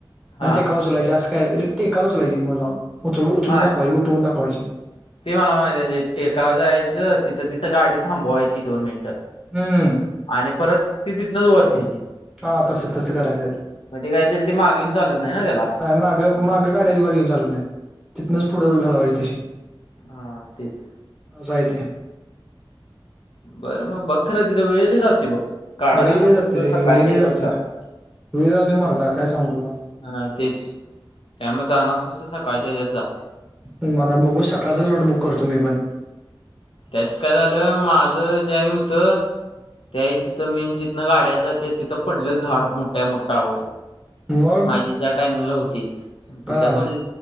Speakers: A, in the centre; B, on the left (about 80°).
A: आणि
B: हा
A: टेकाव उचलायची असं काय टेकला चलायची मग जाऊन. उचलून
B: हा
A: दाखवायची उठून दावायची.
B: ते मला माहिती आहे टेकाव जायचं तिथं तिथं गाडी थांबवायची. दोन मिनट
A: हम्म
B: आणि परत ती तिथनच वर न्यायची.
A: हा तसं तसं करायचं आहे
B: मग काहीतरी ते मागेन येऊन चालत नाही ना त्येला.
A: माग मागं गाडीअजीबात घऊन चालत नाही तिथूनच पुढं घालावायची तशी.
B: हा तेच.
A: असं हाय ते
B: बरं मग बखरा तिथं वेळ लाय जातोय बघ. काढा
A: वेळ
B: जाणार असलं
A: जाते
B: तर
A: रे
B: सकाळच्या
A: वेळ
B: ह्याच्यात
A: जातोय
B: जा
A: वेळ जातो मर्दा काय सांगू तुला.
B: हा तेच त्यामध्ये जाणार असतस तर सकाळच्या हच्यात जा.
A: हुं बघू सकाळचं लॉट बुक करतो मी पण.
B: त्यात काय झालं माझं ज्या वेळी होतं. त्या तिथं मेन जिथनं गाड्या जाते तिथं पडलं झाड मोठ्या मोठ्या.
A: मग
B: माझी ज्या टाइमिंगला होती तिथं
A: हा
B: कोणी.